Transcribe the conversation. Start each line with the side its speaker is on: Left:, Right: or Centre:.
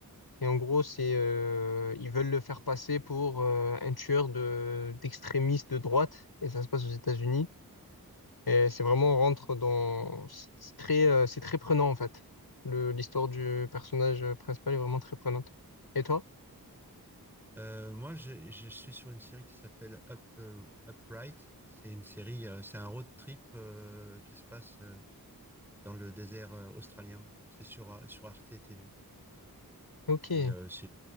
Left: Et en gros, c'est euh, ils veulent le faire passer pour euh, un tueur de d'extrémistes de droite. Et ça se passe aux États-Unis. Et c'est
Centre: D'accord.
Left: vraiment on rentre dans c'est très euh, c'est très prenant en fait. Le l'histoire du personnage principal est vraiment très prenante. Et toi?
Centre: Euh, moi, je, je suis sur une série qui s'appelle Up, euh, Upright. C'est une série, euh, c'est un road trip euh, qui se passe euh, dans le désert euh, australien. C'est sur euh, sur Arte TV.
Left: Ok,
Centre: Et euh, c'est